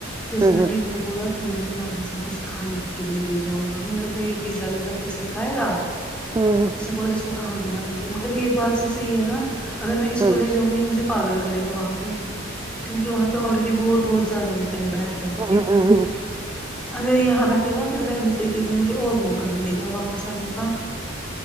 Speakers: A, in the centre; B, on the right.
A: پھر اس
B: ہوں
A: نے
B: ہوں
A: بالکل وہ بولا میں اپنا اپنے ساتھ کچھ کھانے کے لیے لے جؤں گا مگر یے پیزا ویزا پھر سے کھائے گا
B: ہوں
A: اس نے بولا اس کو کہاں گھمائے گی مگر ایک بات سے صحیح ہے نا اگر میں اس
B: ہوں
A: کو لے جاو گی مجھے پاگل کرے گا وہاں پہ کیونکہ وہاں پے آلریڈی بور بہت زیادہ ہوتی تے ہے بیٹھ بیٹھ
B: ہوں
A: کے
B: ہوں ہوں
A: اگر یہاں بیٹھے گا پھر وینسڈے کے دن مجھے اور موقع ملے گا واپس آنے کا